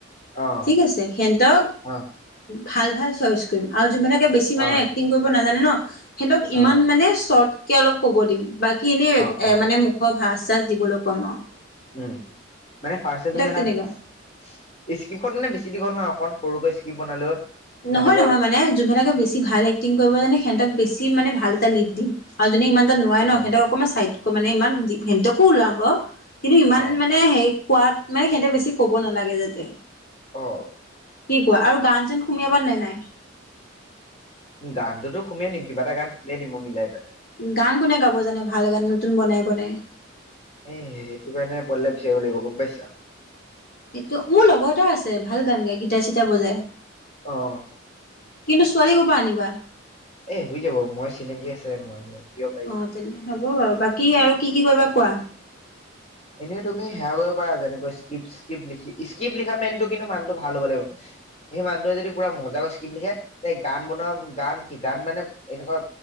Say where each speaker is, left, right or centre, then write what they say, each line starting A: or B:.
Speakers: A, on the left; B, on the left.
A: অ',
B: ঠিক আছে সেনতক
A: অ',
B: ভাল ভাল চইচ কৰিম আৰু যোন ভনে বেছি
A: অ',
B: মানে এক্টিং কৰিব না জানে ন সিহঁতক
A: অ',
B: ইমান মানে চৰ্ট কে অলপ ক'ব দিম। বাকী এনেই
A: অ',
B: এ
A: অ',
B: মানে মুখৰ ভাঁজ। শ্বাস দিবলৈ কম আও।
A: উম মানে ফাৰ্ষ্ট তুমি এটা,
B: তেনেকুৱা
A: স্ক্ৰিপ্টখন মানে বেছি দীঘল নহয় অকন সৰুকৈ স্ক্ৰীপ বনালে হ'ল। যেনেকৈ
B: নহয় নহয় মানে যোনবিলকে বেছি ভাল এক্টিং কৰিব জানে সিহঁতক বেছি মানে ভাল এটা লিড দিম। আৰু যোনে ইমানটা নোৱাৰে
A: অ',
B: সিহঁতক অকণমান চাইড। মানে ইমান সিহঁতকো ওলাব। কিন্তু ইমান
A: অ',
B: মানে হে কোৱাত নাই সেহতক বেছি ক'ব নালাগে যাতে।
A: অ
B: কি কোৱা আৰু গান চেন, সুমিয়াবা নে নাই?
A: গানটো টো সুমিয়াই দিম কিবা এটা গান সুমিয়াই দিম, মই মিলাই পেলাই।
B: গান কোনে গাব জানে ভাল গান নতুন বনাই বনাই?
A: এ সেইটো কাৰণে পঢিলে বিচাৰিব লাগিব। গম পাইছা?
B: এইটো, মোৰ লগৰ এটা আছ- ছে ভাল গান গাই গীটাৰ চিটাৰ বজাই।
A: অহ।
B: কিন্তু ছোৱালী ক'ৰ পৰা আনিবা?
A: এ শুই যাব, মই চিনাকি আছে। মই দিব পাৰি।
B: অ তেনে হ'ব বাৰু। বাকী আৰু কি কি কৰিবা কোৱা?
A: এনেই তুমি সেৱা কৰিব পাৰা, যেনেকৈ স্ক্ৰিপ্ট স্ক্ৰিপ্ট লিখা মেইনটো মানুহটো ভাল হ'ব লাগিব। সেই মানুহটোৱে যদি পুৰা মজা কৈ স্ক্ৰিপ্ট লিখে, সেই গান বনোৱা গান কি গান মানে এনেকুৱা